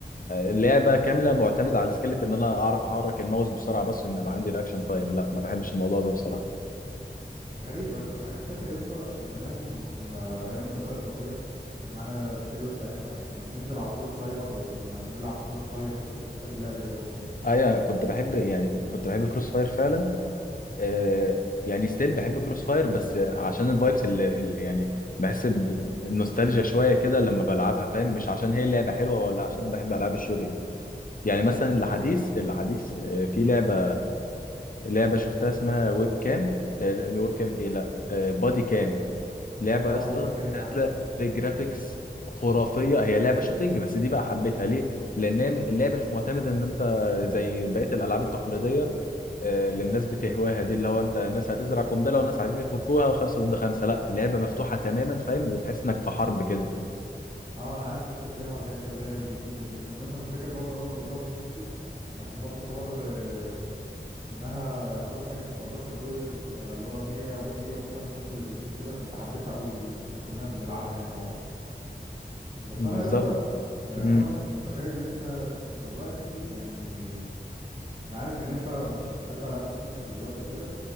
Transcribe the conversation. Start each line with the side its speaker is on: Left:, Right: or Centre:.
Left: اللعبه كامله معتمده على سكيلت ان انا اعرف احرك الماوس بسرعه بس ان يبقى عندي رياكشن تايم لا ما بحبش الموضوع ده بصراحه
Right: غريبة يا اسطى مع اني فاكر يا اسطى زمان لما كنا ايام المدرسة وكده كان معانا الشلة بتاعتنا كنا بننزل على طول السايبر وكنا بنلعب كروس فاير وانت كنت بتحب اللعبة دي قوي يعني
Left: ايوه كنت بحب يعني كنت بحب كروس فاير فعلا آه يعني ستيل بحب كروس فاير بس عشان الفايبس اللي, اللي يعني بحس بنوستالجيا شويه كده لما بلعبها فاهم مش عشان هي اللعبه حلوه ولا عشان أنا بحب العاب الشوتنج يعني مثلا
Right: إنت-
Left: الحديث الحديث آه، في لعبة لعبة شفتها اسمها ويب كام آه، لا، ويب كام ايه لا آه، بادي كام لعبة
Right: اه
Left: يا اسطى
Right: بادي كام دي
Left: نازلة
Right: عارف
Left: بجرافيكس خرافية هي لعبة شوتينج بس دي بقى حبيتها ليه؟ لأن هي اللعبة مش معتمدة إن أنت زي بقية الألعاب التقليدية آه، اللي الناس بتهواها دي اللي هو أنت ناس هتزرع قنبلة وناس عايزين يفكوها وخمسة ضد خمسة لا اللعبة مفتوحة تماما فاهم وتحس إنك في حرب كده
Right: اه انا عارف إن انت بتهوى الحاجات اللي هي الجديدة دي انا مثلا فاكر برضه اول ما بابجي نزلت عشان برضه حوار آه، انها اول حاجة تبقى باتل رويال وتبقى اللي هو 100 و100 وفي واحد بس اللي بيعيش وكده فانت حبيتها قوي وكنا كلنا بنلعبها يعني مع بعض بس
Left: بالظبط
Right: انا لسه يعني
Left: مم.
Right: انا متخيل ان انت دلوقتي يعني انا عارف ان انت مش بتحب العاب الشوتينج دلوقتي وكده